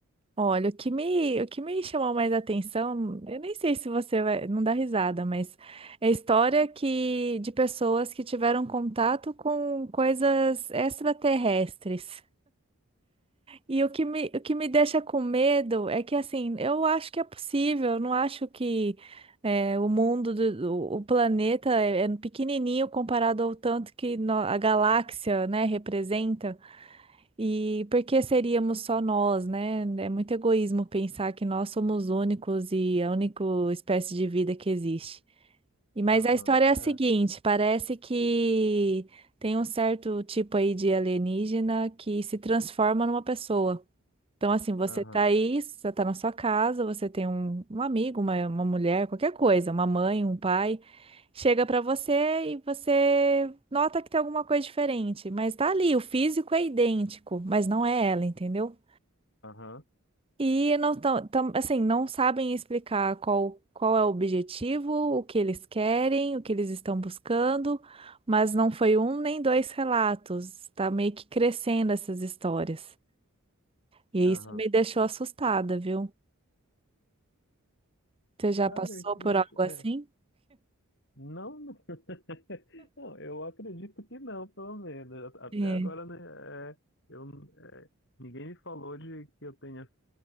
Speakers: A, on the right; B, on the left.
A: Olha, o que me, o que me chamou mais atenção, eu nem sei se você vai, não dá risada, mas é história que de pessoas que tiveram contato com coisas extraterrestres. E o que me, o que me deixa com medo é que, assim, eu acho que é possível, eu não acho que é, o mundo, do, do- o planeta é, é pequenininho comparado ao tanto que nó- a galáxia, né, representa. E por que seríamos só nós, né? É muito egoísmo pensar que nós somos únicos e a única espécie de vida que existe. E, mas
B: Aham,
A: a história é a
B: é,
A: seguinte, parece que tem um certo tipo aí de alienígena que se transforma numa pessoa. Então, assim, você
B: aham,
A: tá aí, você tá na sua casa, você tem um, um amigo, uma, uma mulher, qualquer coisa, uma mãe, um pai, chega pra você e você nota que tem alguma coisa diferente, mas tá ali, o físico é idêntico, mas não é ela, entendeu?
B: aham,
A: E não tão, tão- assim, não sabem explicar qual, qual é o objetivo, o que eles querem, o que eles estão buscando, mas não foi um nem dois relatos, tá meio que crescendo essas histórias. E
B: aham.
A: isso me deixou assustada, viu? Você já
B: Sério,
A: passou por
B: mas
A: algo
B: é,
A: assim?
B: não, não, <laughs> Não, eu acredito que não, pelo menos. Até
A: É,
B: agora, né, é, eu, é, ninguém me falou de que eu tenha